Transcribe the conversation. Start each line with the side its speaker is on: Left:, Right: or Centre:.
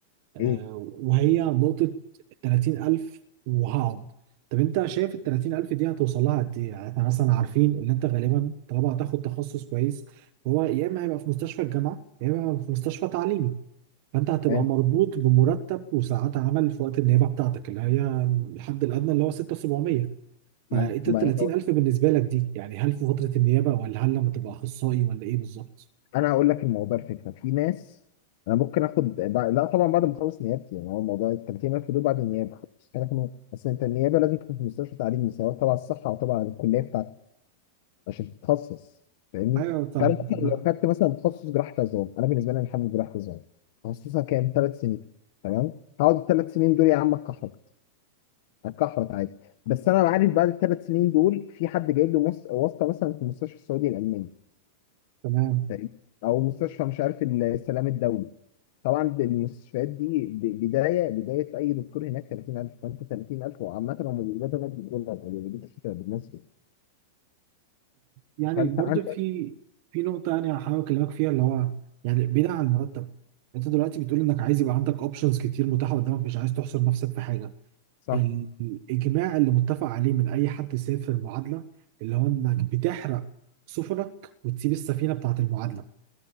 Right: آه،
Left: ايه
Right: وهي نقطة 30000 وهقعد طب أنت شايف ال 30000 دي هتوصل لها قد إيه؟ يعني إحنا مثلا عارفين إن أنت غالبا طالما هتاخد تخصص كويس فهو يا إما هيبقى في مستشفى الجامعة يا إما هيبقى في مستشفى تعليمي فأنت هتبقى
Left: آه،
Right: مربوط بمرتب وساعات عمل في وقت النيابة بتاعتك اللي هي الحد الأدنى اللي هو 6700 فأنت
Left: ما ما
Right: ال 30000 بالنسبة لك دي يعني هل في فترة النيابة ولا هل لما تبقى أخصائي ولا إيه بالظبط؟
Left: انا هقول لك الموضوع الفكره في ناس انا ممكن اخد بع- لا طبعا بعد ما اخلص نيابتي يعني هو موضوع ال 30000 دول بعد النيابه مستحيل اكون بس انت النيابه لازم تكون في مستشفى تعليمي سواء تبع الصحه او تبع الكليه بتاعتك عشان تتخصص فاهمني
Right: أيوه طب
Left: فانا مثلا
Right: ما.
Left: لو خدت مثلا تخصص جراحه عظام انا بالنسبه لي انا حابب جراحه عظام تخصصها كام ثلاث سنين تمام هقعد الثلاث سنين دول يا عم اتكحرت اتكحرت عادي بس انا عارف بعد الثلاث سنين دول في حد جايب له مس- واسطه مثلا في المستشفى السعودي الالماني
Right: تمام
Left: فاهمني؟ او مستشفى مش عارف السلام الدولي طبعا المستشفيات دي ب- بدايه بدايه اي دكتور هناك 30000 فانت 30000 وعامه هم بيقبضوا هناك بالدولار ما بيقبضوش بالمصري
Right: يعني
Left: فانت
Right: برضو
Left: عندك
Right: في في نقطة يعني هحاول أكلمك فيها اللي هو يعني بعيدا عن المرتب أنت دلوقتي بتقول إنك عايز يبقى عندك أوبشنز كتير متاحة قدامك مش عايز تحصر نفسك في حاجة
Left: صح
Right: ال- الإجماع اللي متفق عليه من أي حد سافر معادلة اللي هو إنك بتحرق سفنك وتسيب السفينة بتاعة المعادلة